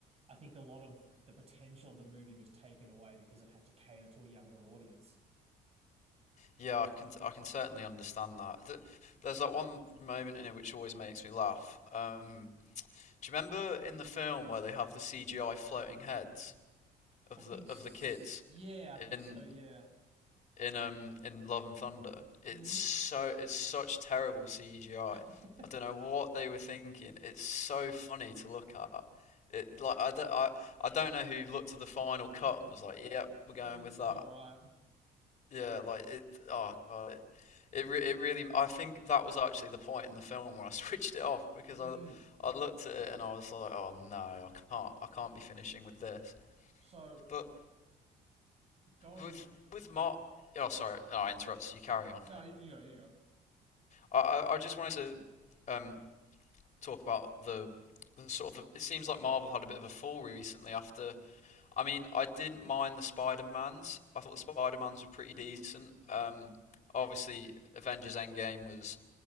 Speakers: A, on the right; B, on the left.
A: I think a lot of the potential of the movie was taken away because it had to cater to a younger audience.
B: Yeah, I can I can certainly understand that. Th- There's that one moment in it which always makes me laugh. Um, Do you remember in the film where they have the CGI floating heads of
A: I think,
B: the
A: s
B: of the kids
A: yeah, I think
B: in
A: so. Yeah.
B: in um in Love and Thunder? It's
A: hmm
B: so it's such terrible CGI.
A: <laughs>
B: I I don't know what they were thinking. It's so funny to look at. It like I don't I, I don't know who looked at the final cut and was like, "Yep, we're going
A: Yeah, this
B: with that."
A: is all right.
B: Yeah, like it. Oh god, it it, re it really. I think that was actually the point in the film where I <laughs> switched it off because
A: Mm.
B: I I looked at it and I was like, oh no, I can't I can't be finishing with this.
A: So
B: But
A: going
B: with with Mark,
A: up.
B: oh sorry, oh, I interrupted you. Carry on.
A: No, you, you go. You go.
B: I I, I just wanted to um talk about the, the sort of the, it seems like Marvel had a bit of a fall recently after. I mean, I didn't mind the Spider-Mans. I thought the Spider-Mans were pretty decent. Um, obviously, Avengers Endgame was